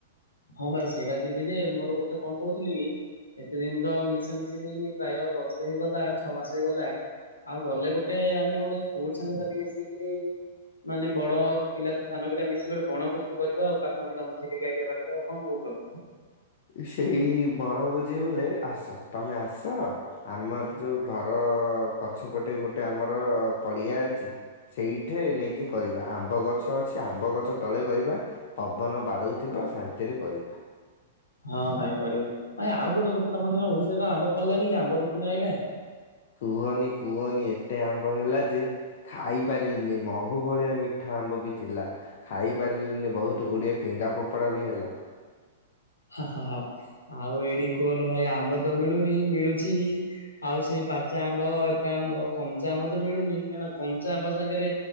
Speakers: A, on the left; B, on the left.
A: ହଁ ଭାଇ ସେଇଟା ଯିବିଯେ ମୋର ଗୋଟେ କଁ କହୁଥିଲିକି ଏତେ ଦିନିତ ମିଶାମିଶି ହେଇନି ପ୍ରାୟ ବର୍ଷେ ହେଇଗଲା ଛଅ ମାସ ହେଇଗଲା ଆଉ ଗଲେ ଗୋଟେ ଆମେ ଗୋଟେ ସ୍କୁଲ୍ ସାଙ୍ଗସାଥି ମିଶିକରି ମାନେ ବଡ଼ ପିଲା ସବୁ ସାନ ପିଲା ମିଶିଗୋଟେ ବଣ ଭୋଜିଟେ କରିବା ଆଉ ପାଖାପାଖି ତମ ଚିଲିକା ଏରିଆ ପାଖା ଆରେ ଆଉ କଁ କଉଚ।
B: ସେଇ ବଣଭୋଜି ବଲେ ଆସ ତମେ ଆସ ଆମର ଯେଉଁ ଘର ପଛପଟେ ଗୋଟେ ଆମର ପଡ଼ିଆ ଅଛି ସେଇଠେ ନେଇକି କରିବା, ଆମ୍ବ ଗଛ ଅଛି ଆମ୍ବ ଗଛ ତଳେ କରିବା ପବନ ବାଡ଼ଉଥିବ ଶାନ୍ତି କରିବା।
A: ହଁ ଭାଇ କରିବା, ଭାଇ ଆଉ ଗୋଟେ କଥା ତମର ଏଇନା ଓଡିଶା କୁ ଆମ୍ବ ଫଳିଲାନି କି ଆମ୍ବ ଋତୁ ନା ଏଇଟା।
B: କୁହନି କୁହନି ଏତେ ଆମ୍ୱ ହେଲା ଯେ ଖାଇ ପାରିଲିନି, ମହୁ ଭଳିଆ ମିଠା ଆମ୍ବ ବି ଥିଲା। ଖାଇପାରିଲୁନି ବହୁତ ଗୁଡ଼ିଏ ଫିଙ୍ଗା ଫୋପଡ଼ା ବି ହେଲା।
A: ଆଉ ଏଇଠି କୁହନ ଭାଇ ଆମ୍ବ ତ ମିଳୁନି ମିଳୁଛି ଆଉ ସେଇ ପାଚା ଆମ୍ବ ଏଇତା ଆମ୍ବ କଞ୍ଚା ଆମ୍ବ ତ ମିଳୁନି କାରଣ କଞ୍ଚା ଆମ୍ବ ସାଙ୍ଗରେ